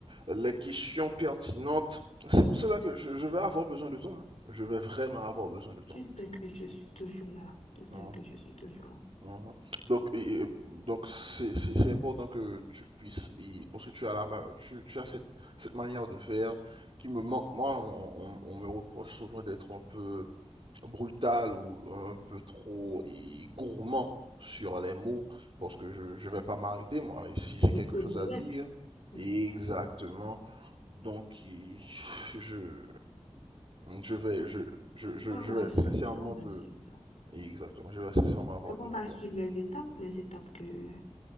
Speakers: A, on the right (about 60°); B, on the left (about 80°).
A: les questions pertinentes, c'est pour cela que je, je vais avoir besoin de toi. hein. Je vais vraiment avoir besoin de toi.
B: Tu sais que je suis toujours là. Tu sais
A: hein.
B: que je suis toujours là.
A: Mhm. Donc, et- et, donc c'est c'est- c'est important que tu puisses, et, parce que tu as, la, ma- tu, tu as cette, cette manière de faire qui me manque. Moi, on, on- on me reproche souvent d'être un peu brutal ou un peu trop et, gourmand sur les mots, parce que je ne
B: Mm.
A: vais pas m'arrêter, moi. Et si
B: Un
A: j'ai
B: peu
A: quelque
B: trop
A: chose
B: direct.
A: à dire,
B: <laughs>
A: exactement. Donc, et, je, je vais,
B: Voilà.
A: je, je, je,
B: On
A: je
B: va
A: vais
B: gérer
A: sincèrement
B: ça. On va
A: te...
B: gérer ça.
A: Exactement, je vais sincèrement avoir
B: Donc,
A: besoin
B: on va
A: de toi.
B: suivre les étapes, les étapes que